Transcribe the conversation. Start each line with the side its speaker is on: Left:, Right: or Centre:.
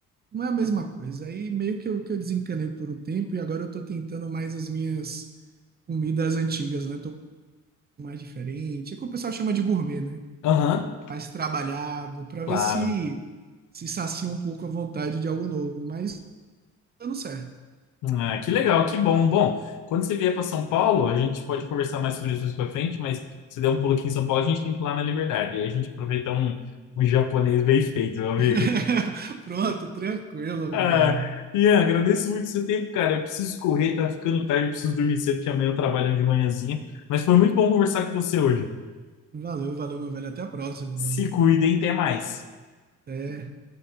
Right: não é a mesma coisa. Aí meio que eu, que eu desencanei por um tempo e agora eu tô tentando mais as minhas comidas antigas, né? Tô mais diferente. É que o pessoal chama de gourmet, né?
Left: Aham,
Right: Mais trabalhado, pra
Left: claro.
Right: ver se se sacia um pouco a vontade de algo novo. Mas dando certo.
Left: Ah, que legal, que bom. Bom, quando você vier para São Paulo, a gente pode conversar mais sobre isso mais para frente, mas se der um pulo aqui em São Paulo, a gente tem que ir lá na Liberdade. E aí a gente aproveita um, um japonês bem feito, meu amigo.
Right: <laughs> Pronto, tranquilo,
Left: Ah,
Right: meu velho.
Left: Ian, agradeço muito o seu tempo, cara. Eu preciso correr, tá ficando tarde, eu preciso dormir cedo, porque amanhã eu trabalho de manhãzinha. Mas foi muito bom conversar com você hoje.
Right: Valeu, valeu, meu velho. Até a próxima,
Left: Se
Right: velho.
Left: cuidem, até mais.
Right: Até.